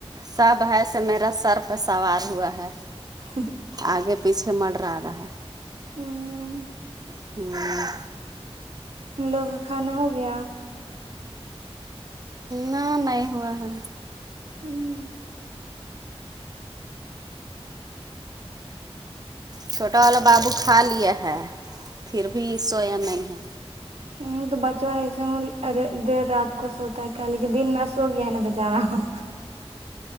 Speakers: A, on the right; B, on the right.
A: سب ہےسے میرا سر پہ سوار ہوا ہے
B: ہ
A: آگے پیچھے مندرہ رہا ہے
B: ہوں
A: ہوں
B: لوگ کا کھانا ہو گیا
A: نہ نہیں ہوا ہے
B: ہمم
A: چھوٹا والا بابو کھا لیے ہے پھر بھی سویا نہیں ہے
B: ہ تو بچپن ایسے ہوں دیر رات کو سوتا ہے کیا لیکن دن میں سو گیا نا بیچارا ہوں